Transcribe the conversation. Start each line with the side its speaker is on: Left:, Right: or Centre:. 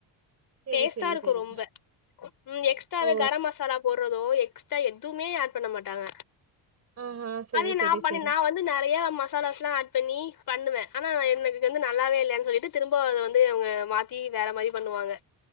Right: செரி
Left: டேஸ்ட்டா
Right: செரி
Left: இருக்கு
Right: செரி
Left: ரொம்ப உம் எக்ஸ்ட்ராவே
Right: ஓ
Left: கரம் மசா சாலா போடுறதோ எக்ஸ்ட்ரா எதுமே ஆட் பண்ண மாட்டாங்க
Right: ஆஹா செரி
Left: அதே நா
Right: செரி
Left: பண்ணி
Right: செரி
Left: நா வந்து நெறய ம மசாலாஸ்ல்லா ஆட் பண்ணி பண்ணுவே ஆனா எனக்கு வந்து நல்லாவே இல்லன் சொல்லிட்டு திரும்ப அத வந்து இவ்ங்க மாத் தீ வேற மாரி பண்ணுவாங்க